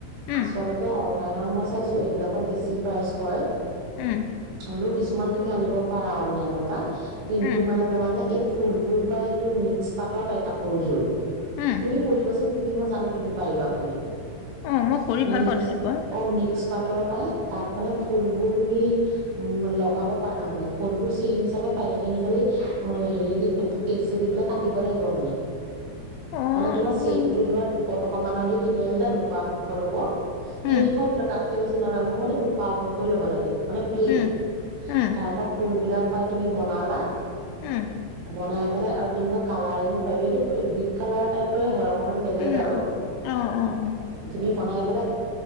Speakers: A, on the left; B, on the right.
A: উম,
B: আচলতে অনলাইনত মই চাই ত এইবিলাকত বেছি প্ৰাইচ কয়।
A: উম।
B: হলেও কিছুমান তুমি আনিব পাৰা অনলাইনৰ পা। কিন্তু
A: উম,
B: মানে জানানে ফুলবোৰ প্ৰাই সেইটো মিক্স পাতৰ পাই কাপ পুজোৰ
A: উম,
B: তুমি কৰিবাচোন তুমি মই জানো। তুমি পাৰিবা বুলি।
A: উম, মই কৰি ভাল
B: মিক্স
A: পাওঁ তেনেকুৱা।
B: অ <unintelligible> পাই তাত মানে ফুলবোৰ তুমি উম লগাব পাৰা মানে ফুলবোৰ চেইন হিচাপে পাই সেইখিনি খালি হেৰি দি কেঁচি দি পেলাই কাটিব লাগিব মানে।
A: অ',
B: মানে তোমাৰ চেতটো
A: উম,
B: ধৰা দু শ টকা মানৰ অধি কিনি আনিলে দুশ আঢ়ৈশ ল'ব তিনিশ
A: উম,
B: ভিতৰত তাতকে বুছি নলয় মোৰ মতে দুশ আঢ়ৈশই ল'ব লাগে মানে পেন।
A: উম, উম,
B: তাৰ পাব ফুলবিলাক পাই তুমি বনালা
A: উম,
B: বনাই পেলাই আৰু তেনেকুৱা কালাৰিঙো <unintelligible> এইটো ফেব্ৰিক কালাৰ টাইফয়ে হয় অকমান বেলেগ
A: উম,
B: আৰু
A: উম। অ', অ', অ'।
B: তুমি বনাই পেলাই